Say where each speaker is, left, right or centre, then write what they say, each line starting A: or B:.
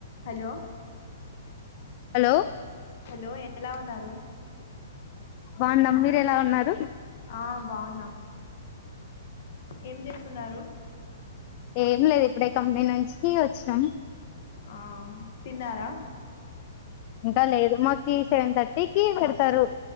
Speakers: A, on the left; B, on the left.
A: hello
B: hello
A: hello ఎలా ఉన్నారు
B: బాగున్నాం మీరు ఎలా ఉన్నారు
A: ఆ బాగున్నాం ఏం చేస్తున్నారు
B: ఏం లేదు ఇప్పుడే కంపెనీ నుంచి వచ్చినాం
A: ఆ తిన్నారా
B: ఇంకా లేదు మాకి సెవెన్ థర్టీ కి పెడతారు